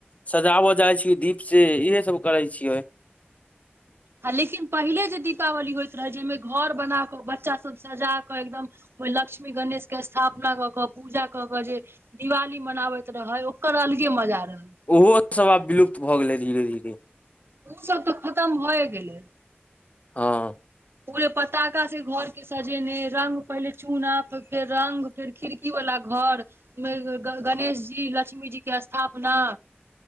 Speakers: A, on the left; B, on the right.
A: सजाबऽ जाइ छीिय दीप से इहे सब करै छियै।
B: ह लेकिन पहिले जे दीपावली होइत रहै जाहिमे घर बना कऽ बच्चास सभ सजा कऽ एकदम। कोई लक्ष्मी गणेशके स्थापना कऽ कऽ पूजा कऽ कऽ जे। दिवाली मनाबैत रहे ओकर अलगे मजा रहै।
A: ओहो सब आब विलुप्त भऽ गेलै धीरे धीरे।
B: ऊ सब तऽ खतम भए गेलै।
A: हँ।
B: पूरे पतााका से घर के सजेने रंग। पहिले चूना फेर रंग फेर खिड़की वला घर। गणेश जी लक्ष्मी जीके स्थापना।